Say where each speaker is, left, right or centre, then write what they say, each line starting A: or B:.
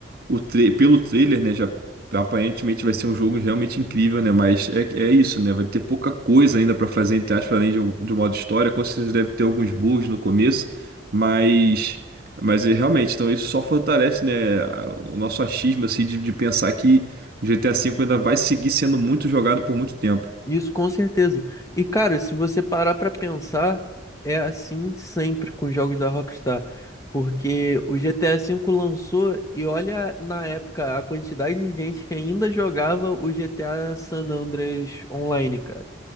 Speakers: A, on the right (about 50°); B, on the left (about 15°).
A: o tra- pelo trailer, né? Já aparentemente vai ser um jogo realmente incrível, né? Mas é, é isso, né? Vai ter pouca coisa ainda pra fazer, entre aspas, além de, um- de um modo história. Com certeza deve ter alguns bugs no começo, mas. Mas é, realmente, então isso só fortalece, né, a- o nosso achismo, assim, de, de pensar que o GTA V ainda vai seguir sendo muito jogado por muito tempo.
B: Isso com certeza. E cara, se você parar pra pensar, é assim sempre com os jogos da Rockstar, porque o GTA V lançou e olha na época a quantidade de gente que ainda jogava o GTA San Andreas online, cara.